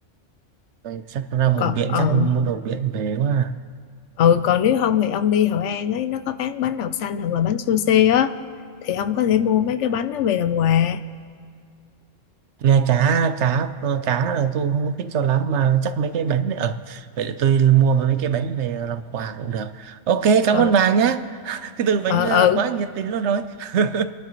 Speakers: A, on the right; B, on the left.
A: Đây, chắc ra vùng
B: còn
A: biển
B: ờ
A: chắc mua đồ biển về quá à.
B: ừ còn nếu không thì ông đi Hội An ấy nó có bán bánh đậu xanh hoặc là bánh sushi á thì ông có thể mua mấy cái bánh đó về làm quà
A: nghe cá cá ờ, cá là tôi không thích cho lắm mà chắc mấy cái bánh này ở vậy để tôi mua mấy cái bánh về làm quà cũng được ok cảm
B: ừ
A: ơn bà nhé cái từ bánh
B: ừ
A: ờ,
B: ừ
A: quá nhiệt tình luôn rồi <laughs>